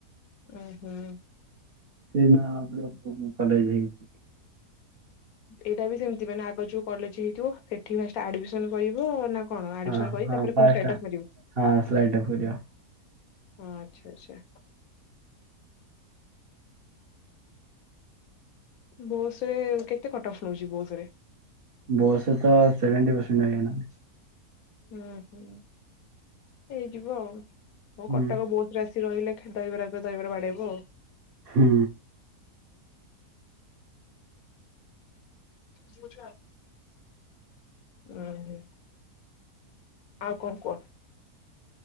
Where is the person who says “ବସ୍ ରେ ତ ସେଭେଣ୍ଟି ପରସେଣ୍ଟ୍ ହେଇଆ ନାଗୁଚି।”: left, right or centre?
Right